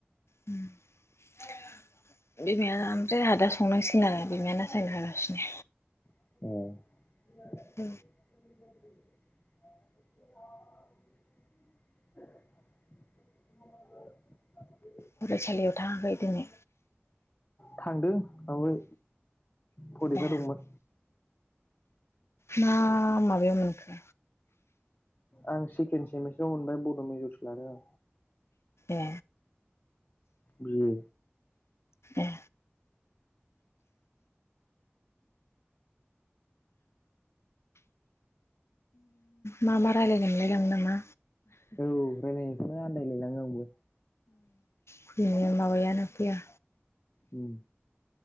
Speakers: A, on the left (about 80°); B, on the left (about 40°).
A: <inaudible> बिमाया ओमफ्राय आहा दा संनांसिगोन आरो बिमाया ना सायना होगासिनो।
B: औ
A: औ
B: <inaudible>
A: फरायसालियाव थाङाखै दिनै
B: थांदों आवाय फरिखा
A: ए
B: दंमोन
A: मा माबे मोनखो
B: आं सेकेण्ड सेमिस्टार आव मोनबाय बड' मेजरसो लादों।
A: ए
B: बि ए
A: ए मा मा रायलायनोंलाय <unintelligible> नामा
B: औ रायलायनायफ्रा आन्दायलायलाङो आंबो
A: फैनाया माबायानो फैया
B: उम